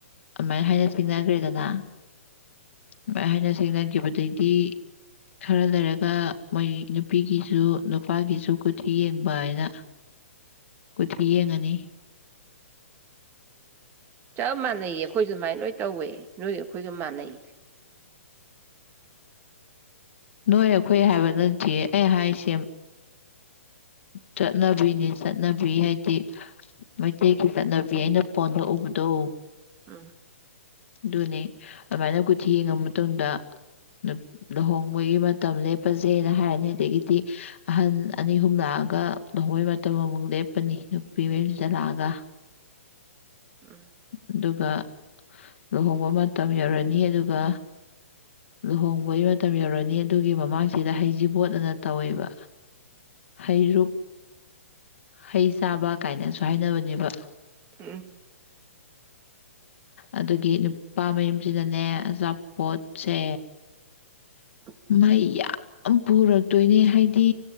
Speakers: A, on the left; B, on the right.
A: ꯑꯗꯨꯃꯥꯏꯅ ꯍꯥꯏꯅ ꯁꯤꯡꯅꯈ꯭ꯔꯦꯗꯅꯥ꯫ ꯑꯗꯨꯃꯥꯏ ꯍꯥꯏꯅ ꯁꯤꯡꯅꯈꯤꯕ ꯗꯩꯗꯤ ꯈꯔ ꯂꯩꯔꯒ ꯃꯣꯏ ꯅꯨꯄꯤꯒꯤꯁꯨ ꯅꯨꯄꯥꯒꯤꯁꯨ ꯀꯨꯊꯤ ꯌꯦꯡꯕ ꯍꯥꯏꯅ ꯀꯨꯊꯤ ꯌꯦꯡꯉꯅꯤ꯫
B: ꯆꯞ ꯃꯥꯟꯅꯩꯌꯦ ꯑꯩꯈꯣꯏꯁꯨꯨꯃꯥꯏꯅ ꯂꯣꯏ ꯇꯧꯋꯦ ꯅꯣꯏꯒ ꯑꯩꯈꯣꯏꯒ ꯃꯥꯟꯅꯩ꯫
A: ꯅꯣꯏ ꯑꯩꯈꯣꯏ ꯍꯥꯏꯕ ꯅꯠꯇꯤꯌꯦ ꯑꯩ ꯍꯥꯏꯁꯦ ꯆꯠꯅꯕꯤꯅꯦ ꯆꯠꯅꯕꯤ ꯍꯥꯏꯗꯤ ꯃꯩꯇꯩꯒꯤ ꯆꯠꯅꯕꯤ ꯑꯩꯅ ꯐꯣꯟꯗ ꯎꯕꯗꯣ꯫
B: ꯎꯝ꯫
A: ꯑꯗꯨꯅꯦ ꯑꯗꯨꯃꯥꯏꯅ ꯀꯨꯊꯤ ꯌꯦꯡꯉꯕ ꯃꯇꯨꯡꯗ ꯅꯨꯞ ꯂꯨꯍꯣꯡꯕꯒꯤ ꯃꯇꯝ ꯂꯦꯞꯄꯖꯦꯅ ꯍꯥꯏꯔꯅꯤ ꯑꯗꯒꯤꯗꯤ ꯑꯍꯟ ꯑꯅꯤ ꯑꯍꯨꯝ ꯂꯥꯛꯑꯒ ꯂꯨꯍꯣꯡꯕꯒꯤ ꯃꯇꯝ ꯑꯃꯨꯛ ꯂꯦꯞꯄꯅꯤ ꯅꯨꯄꯤ ꯃꯌꯨꯝꯁꯤꯗ ꯂꯥꯛ ꯑꯒ꯫
B: <inaudible> ꯎꯝ
A: ꯑꯗꯨꯒ ꯂꯨꯍꯣꯡꯕ ꯃꯇꯝ ꯌꯧꯔꯅꯤ ꯑꯗꯨꯒ ꯂꯨꯍꯣꯡꯕꯒꯤ ꯃꯇꯝ ꯌꯧꯔꯅꯤ ꯑꯗꯨꯒꯤ ꯃꯃꯥꯡꯁꯤꯗ ꯍꯩꯖꯤꯕꯣꯠ ꯑꯅ ꯇꯧꯋꯦꯕ꯫ ꯍꯩꯔꯨꯛ ꯍꯩ ꯆꯥꯕ ꯀꯥꯏꯅꯁꯨ ꯍꯥꯏꯅꯕꯅꯦꯕ꯫
B: ꯎꯝ꯫
A: ꯑꯗꯨꯒꯤ ꯅꯨꯄꯥ ꯃꯌꯨꯝꯁꯤꯗꯅꯦ ꯑꯆꯥꯄꯣꯠꯁꯦ
B: <inaudible>
A: ꯃꯩ ꯌꯥꯝ ꯄꯨꯔꯛꯇꯣꯏꯅꯦ ꯍꯥꯏꯗꯤ